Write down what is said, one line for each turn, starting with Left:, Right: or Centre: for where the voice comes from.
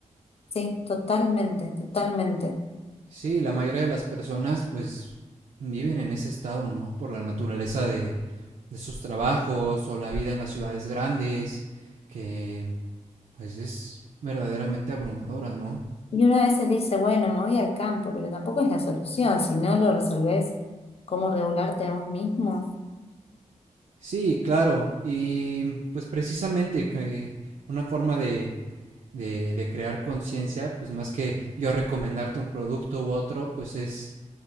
Left: Sí, totalmente, totalmente.
Right: Sí, la mayoría de las personas pues viven en ese estado, ¿no? Por la naturaleza de, de sus trabajos o la vida en las ciudades grandes, que pues es verdaderamente abrumadora, ¿no?
Left: Y uno a veces dice, bueno, me voy al campo, pero tampoco es la solución. Si no lo resolvés, ¿cómo regularte a vos mismo?
Right: Sí, claro. Y pues precisamente que una forma de, de- de crear conciencia, pues más que yo recomendarte un producto u otro, pues es,